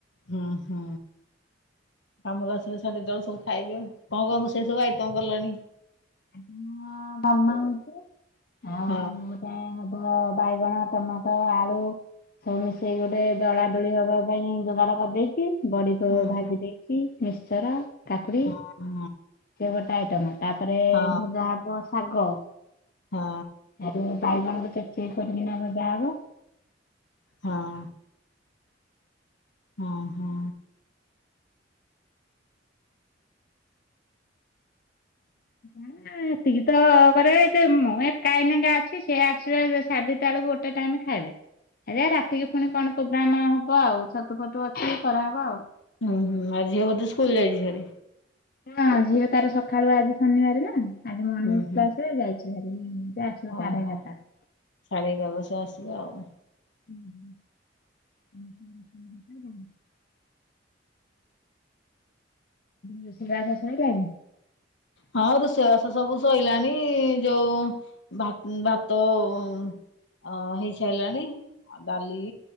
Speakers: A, on the left; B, on the left.
A: ହଁ ହଁ କାମ ରୁ ଆସିଲେ <inaudible> ସବୁ ଖାଇବେ କଣ କଣ ସବୁ ଆଇଟମ କଲଣି
B: ହଁ ଡାଲମା ହେଇଚି ଆଉ
A: ହଁ
B: ଗୋଟେ ହଁ ବାଇଗଣ ଟମାଟ ଆଳୁ ସବୁ ମିଶେଇ ଗୋଟେ ଦଳା ଦୁଳି ହବା ପାଇଁ ଯୋଗାଡ କରିଦେଇଛି। ବଡି କୁ
A: ହୁଁ
B: ଭାଜି
A: ହୁଁ
B: ଦେଇଛିି ମିକ୍ସଚର। କାକୁଡି
A: ହଁ
B: ସେ ଗୋଟେ ଆଇଟମ୍ ତାପରେ
A: ହଁ
B: ଭଜା ହବ ଶାଗ।
A: ହଁ।
B: ହେଟୁ ବାଇଗଣକୁ ଚେକ୍ କରିକିନା ଭଜା ହବ।
A: ହଁ। ହଁ ହଁ।
B: ହୁଉ ଏତିକି ତ କରେ ଏ ମୁଁ ଏକାଏନାକେ ଅଛି ସିଏ ଆସିବେ ସାଢେ ଦିଟା ବେଳକୁ ଗୋଟେ ମେ ଖାଇବେ ଆରେ ରାତିକି ପୁଣି କଣ ପ୍ରୋଗ୍ରାମ ହବ ଆଉ ଛତୁ ଫତୁ ଅଛି କରାହେବ ଆଉ।
A: ହୁଁ ହୁଁ ମା ଝିଅ ବୋଧେ ସ୍କୁଲ ଯାଇଚ ଭାରି।
B: ହଁ ଝିଅ ତାର ସକାଳୁ ଆଜି ଶନିବାର ନା ଆଜି ମର୍ଣିଂ
A: ହୁଁ ହୁଁ
B: କ୍ଲାସରେ ଯାଇଛି ଭାରି ସେ ଆସିବ
A: ଓହୋ
B: ସାଢେ ଏଗାରଟା ବେଳକୁ।
A: ସାଢ଼େ ଏଗାର ବସ ଆସିବେ ଆଉ।
B: ହୁଁ ହ ହ <unintelligible> ରୋଷେଇ ବାସ ସଇଲାନି?
A: ହଁ ରୁଷେଇବାସ ସବୁ ସରଲାଣି ଯୋଉ ଭାତ ଅ ହେଇସାଇଲାଣି ଆଉ ଡାଲି